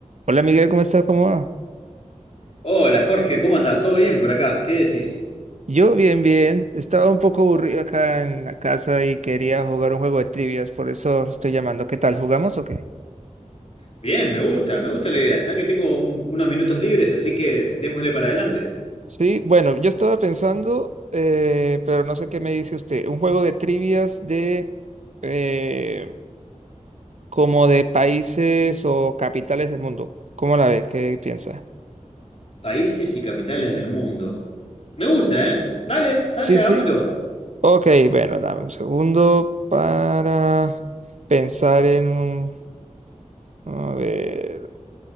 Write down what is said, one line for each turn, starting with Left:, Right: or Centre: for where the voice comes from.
Right: Hola Miguel, ¿cómo estás? ¿Cómo va?
Left: Hola Jorge, ¿cómo andás? ¿Todo bien por acá? ¿Qué decís?
Right: Yo bien, bien. Estaba un poco aburrido acá en la casa y quería jugar un juego de trivias, por eso estoy llamando. ¿Qué tal? ¿Jugamos o qué?
Left: Bien, me gusta, me gusta la idea. Sabés que tengo un- unos minutos libres, así que démosle para adelante.
Right: Sí, bueno, yo estaba pensando, eh, pero no sé qué me dice usted. Un juego de trivias de eh, como de países o capitales del mundo. ¿Cómo la ve? ¿Qué piensa?
Left: Países y capitales del mundo. Me gusta, ¿eh? Dale, dale,
Right: Sí,
Left: hagámoslo.
Right: sí. Ok, bueno, dame un segundo para pensar en un... A ver.